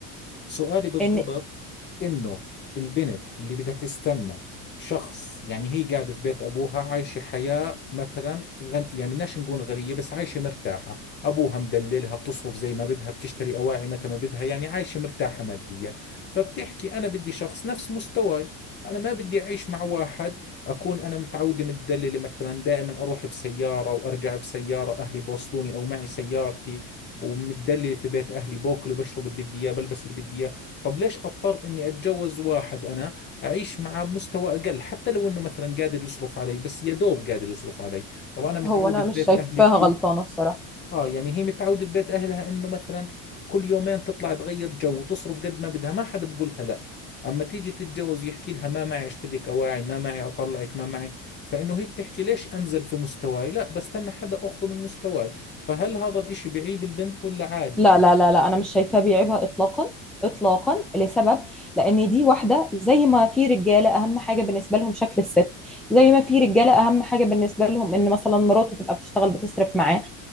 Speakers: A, on the left; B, in the centre.
A: سؤالي بالضبط
B: ان
A: إنه البنت اللي بدها تستنى شخص يعني هي قاعدة في بيت أبوها عايشة حياة مثلا غن... يعني بدناش نقول غنية بس عايشة مرتاحة أبوها مدللها بتصرف زي ما بدها بتشتري أواعي متى ما بدها يعني عايشة مرتاحة ماديا فبتحكي أنا بدي شخص نفس مستواي أنا ما بدي أعيش مع واحد أكون أنا متعودة متدللة مثلا دائما أروح بسيارة وأرجع بسيارة أهلي بوصلوني أو معي سيارتي ومتدلل في بيت اهلي باكل وبشرب اللي بدي اياه بلبس اللي بدي اياه طب ليش اضطر اني اتجوز واحد انا اعيش معه بمستوى اقل حتى لو انه مثلا قادر يصرف علي بس يا دوب قادر يصرف علي طب انا متعود
B: هو انا
A: في
B: مش
A: بيت
B: شايفاها
A: اهلي كل
B: غلطانة الصراحة
A: اه يعني هي متعودة في بيت اهلها انه مثلا كل يومين تطلع تغير جو وتصرف قد ما بدها ما حدا بقولها لا اما تيجي تتجوز يحكي لها ما معي اشتري لك اواعي ما معي اطلعك ما معي فانه هي بتحكي ليش انزل في مستواي لا بستنى حدا اخذه من مستواي فهل هذا الاشي بعيب البنت ولا عادي
B: لا لا لا لا انا مش شايفاه بيعيبها اطلاقا اطلاقا لسبب لان دي واحده زي ما في رجاله اهم حاجه بالنسبه لهم شكل الست زي ما في رجاله اهم حاجه بالنسبه لهم ان مثلا مراته تبقى بتشتغل بتصرف معاه